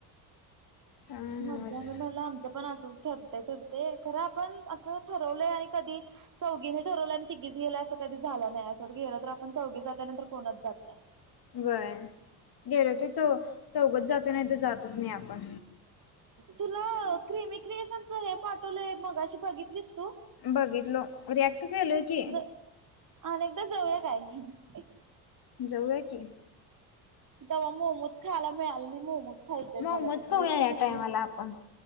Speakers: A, on the left (about 50°); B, on the right (about 40°).
A: हा नव्हच
B: मज्जा मी म्हणलं आम्ही आमचं पण असंच ठरतय ठर ते खरं आपण असं ठरवलं आणि कधी चौघीन ठरवलं आणि तिघीच गेलं अस कधी झालं नाही सोड गेलं तर आपण चौघी जाताय नाही तर कोणच जात नाही
A: होय गेलो तर चौ चौघच जातोय नाही तर जातच नाही आपण.
B: तुला क्रिमी क्रिएशनच हे पाठवलंय मगाशी बघितलीस? तू
A: बघितलो रिॲक्ट केलंय की.
B: ज अनेकदा जाऊया काय?
A: जाऊया की.
B: तवा मोमोज खायला मिळालं नाही मोमोज खायच आहेत
A: मोमोज
B: मला तिथलं
A: खाऊया या
B: भक्तीच
A: टायमाला आपण